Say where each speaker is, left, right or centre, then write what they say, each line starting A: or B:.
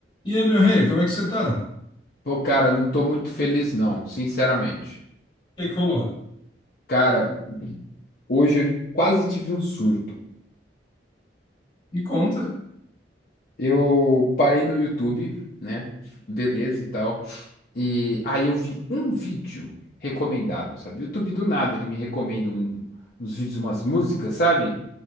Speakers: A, on the left (about 25°); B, on the left (about 55°).
A: E aí, meu rei, como é que você tá? O
B: Pô, cara, não tô muito feliz, não, sinceramente.
A: que que rolou?
B: Cara, hoje eu quase tive um surto.
A: Me conta.
B: Eu parei no YouTube, né? Beleza e tal. E aí eu vi um vídeo recomendado, sabe? YouTube do nada, ele me recomenda um- uns vídeos, umas músicas, sabe?